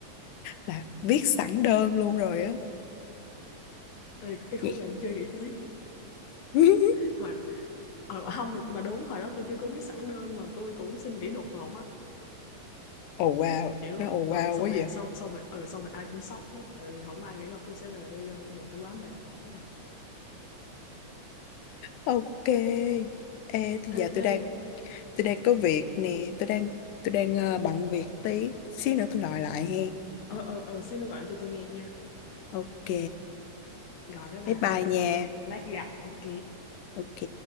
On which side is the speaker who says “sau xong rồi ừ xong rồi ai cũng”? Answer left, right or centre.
Left